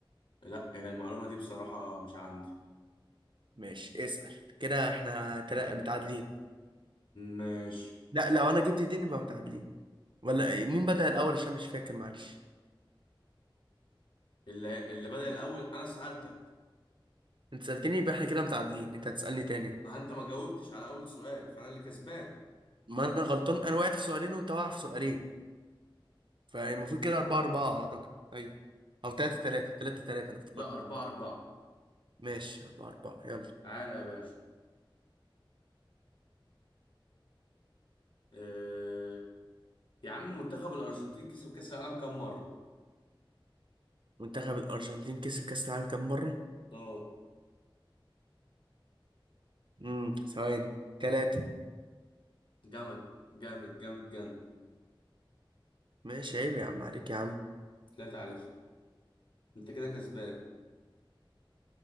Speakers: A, on the left (about 65°); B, on the right (about 65°).
A: لا يعني المعلومة دي بصراحة مش عندي
B: ماشي اسأل كده احنا تلا- متعادلين
A: ماشي
B: لا لو انا جبت ديني يبقى متعادلين ولا إيه؟ مين بدأ الاول عشان مش فاكر معلش
A: اللي اللي بدأ الأول أنا سألتك
B: انت سألتني يبقى احنا كده متعادلين انت هتسألني تاني
A: ما أنت ما جاوبتش على أول سؤال فأنا اللي كسبان
B: ما انا غلطان انا وقعت في سؤالين وانت واقع في سؤالين فالمفروض كده أربعة أربعة أعتقد أيوه أو تلاتة تلاتة تلاتة تلاتة أنا افتكرت
A: لا أربعة أربعة
B: ماشي أربعة أربعة يلا
A: تعالى يا باشا أه... يا عم منتخب الأرجنتين كسب كأس العالم كام مرة؟
B: منتخب الأرجنتين كسب كأس العالم كام مرة؟
A: اه
B: امم ثواني تلاتة
A: جامد جامد جامد جامد
B: ماشي عيب يا عم عليك يا عم
A: لا تعرف أنت كده كسبان